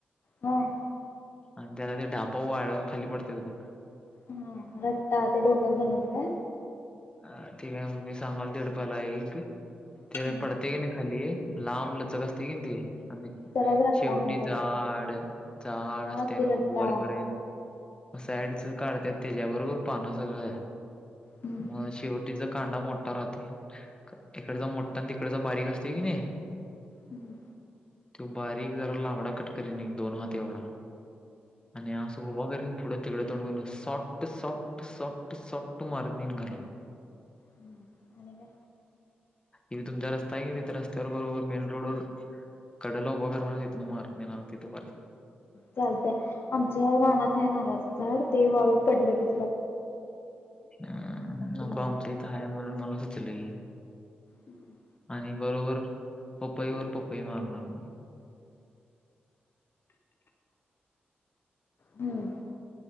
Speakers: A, on the left; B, on the left.
A: हम
B: आणि त्याला ते ढापा वाळ्यावर खाली पडत्यात बघ
A: हा रता ते डोका घालणार का
B: अ ठीक आहे म मी सांगाल तेडपला एक ते
A: हम्म
B: पडते की नाही खाली लांब लचक असते की ते आणि
A: त्यालाच रट्टा
B: शेवटी
A: म्हणतात.
B: जाड जाड
A: हा
B: असते आणि
A: की रट्टा
B: वरपर्यंत म साईडच काढत त्याच्याबरोबर पानं सगळं
A: हम्म
B: मग शेवटीच कांदा मोठा राहते इकडचा मोठठा आणि तिकडेच बारीक असते कि नाही
A: हम्म
B: त बारीक जरा लांबडा कटकरीने दोन हात एवढा आणि असं उभा करीन पुढं तिकडं तोंडून सॉ्ट सॉफ्ट सट सट मारीत नेईन घरला
A: हम्म आणि का
B: इ तुमच्या रस्ता आहेये इतर रस्त्यावर बरोबर मेन रोडवर कडला उभा करणार इथन मार नाही तिथपर्यंत
A: चालतय आमच्या रानात आहे नारळाचं झाड ते वाळून पडलं कि
B: अ
A: मग
B: नको
A: तू मार
B: आमच्याइथ आहे म्हणून मला सुचलं
A: हम्म
B: आणि बरोबर पपई वर पपई मारणार
A: हम्म